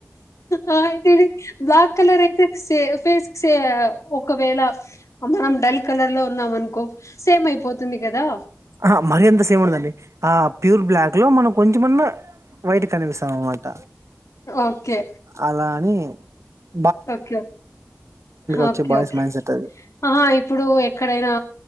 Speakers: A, on the left; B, on the right.
A: ఆహ్ అయితేరి. బ్లాక్ కలర్ అయితే ఫేస్ సే ఒకవేళ మనం డల్ కాల. కలర్ లో ఉన్నాం అనుకో. సేమ్ అయిపోతుంది కదా
B: ఆహ్ మరి ఎంత సేమ్ ఉండదండి. ఆహ్ ప్యూర్ బ్లాక్ లో మనం కొంచెం. <unintelligible> బయటికి కనిపిస్తాం అన్నమాట
A: ఓకే
B: అలా అనీ అ
A: ఓకే
B: వచ్చే
A: okay
B: boys
A: okay
B: mind set అది
A: ఆహా ఇప్పుడు ఎక్కడైనా